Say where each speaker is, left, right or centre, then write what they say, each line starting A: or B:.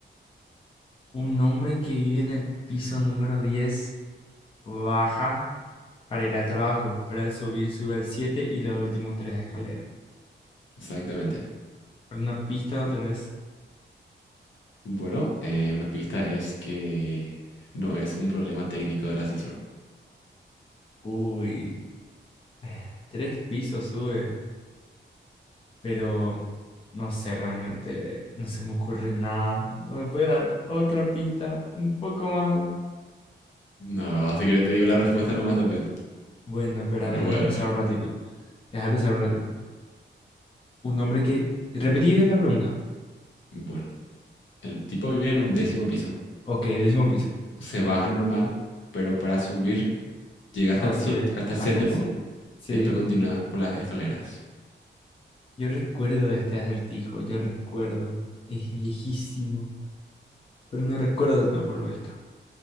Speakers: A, on the left; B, on the left.
A: Un hombre que vive en el piso número 10 baja para ir al trabajo, pero al subir sube al 7 y los últimos tres escaleras.
B: Exactamente.
A: una pista no tenés...
B: Bueno, eh, una pista es que no es un problema técnico del ascensor.
A: Uy, eh, tres pisos sube, pero no sé realmente, no se me ocurre nada. ¿No me puede dar otra pista un poco más?
B: No, así que le te digo la respuesta nomás también.
A: Bueno, espera,
B: Ah,
A: déjame
B: Bueno,
A: pensar un ratito. Déjame pensar un ratito. Un hombre que... Repetí la pregunta.
B: bueno. El tipo vive en un décimo piso.
A: Ok, décimo piso,
B: Se baja normal, pero para subir llega hasta
A: para
B: el
A: subir
B: siete, hasta el
A: hasta
B: séptimo
A: el siete Sí.
B: y después continúa por las escaleras.
A: Yo recuerdo este acertijo, yo recuerdo. Es viejísimo, pero no recuerdo del todo por lo visto.